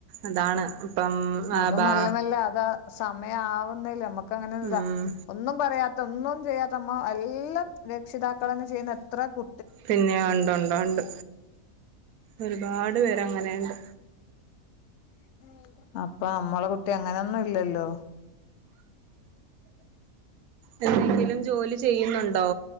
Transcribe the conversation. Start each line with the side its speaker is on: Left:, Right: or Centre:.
Right: അതാണ് ഇപ്പം ആ
Left: അതും
Right: ബാ
Left: മെല്ലെ മെല്ലെ അത് സമയാവുന്നല്ലെ ഞമ്മെക്ക് അങ്ങെനാെര്താ
Right: ഉം
Left: ഒന്നും പറയാത്ത ഒന്നും ചെയ്യാത്ത മ്മ എല്ലം രക്ഷിതാക്കെളെന്നെ ചെയ്യ്ന്ന എത്ര കു
Right: പിന്നെ ഒണ്ടാെണ്ടാെണ്ട് ഒരുപാട് പേരെങ്ങനെയുണ്ട്
Left: <unintelligible> അപ്പൊ അമ്മളെ കുട്ടി അങ്ങനൊന്നും ഇല്ലല്ലോ
Right: ഉം എന്തെങ്കിലും ജോലി ചെയ്യുന്നുണ്ടോ?